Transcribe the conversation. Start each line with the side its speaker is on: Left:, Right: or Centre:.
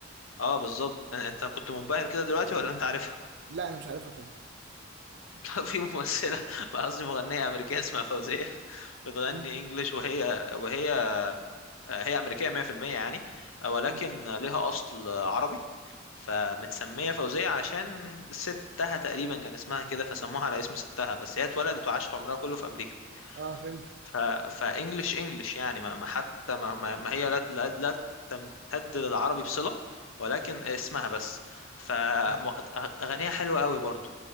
Left: اه بالظبط أن- انت كنت منبهر كده دلوقتي ولا انت عارفها
Right: لا انا مش عارفها طبعا
Left: <laughs> لا، في ممثلة <laughs> قصدي مغنية أمريكية اسمها فوزية <laughs> بتغني
Right: مم.
Left: انجليش وهي وهي آه، هي أمريكية 100% يعني آه، ولكن
Right: مم.
Left: ليها أصل عربي فمتسمية فوزية عشان ستها تقريبا كان اسمها كده فسموها على اسم ستها بس هي اتولدت وعاشت عمرها كله في أمريكا
Right: اه فهمتك
Left: ف... فانجلش انجلش يعني ما ما حتى ما, ما ما هي لا لا, لا تمتد للعربي بصلة ولكن اسمها بس فاغانيها
Right: مم.
Left: حلوة قوي برضو